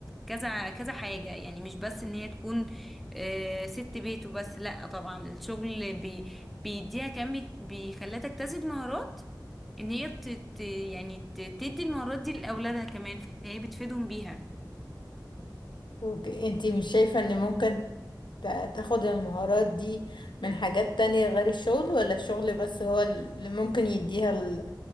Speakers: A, in the centre; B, on the left.
A: كذا كذا حاجة يعني مش بس ان هي تكون آه، ست بيت وبس لا طبعا الشغل بيديها كان بي... بيخليها تكتسب مهارات ان هي ت... ت... يعني ت... تدي المهارات دي لاولادها كمان فهي بتفيدهم بيها
B: وك- انتي مش شايفة ان ممكن تا- تاخد المهارات دي من حاجات تانية غير الشغل ولا الشغل بس هو اللي ممكن يديها ال-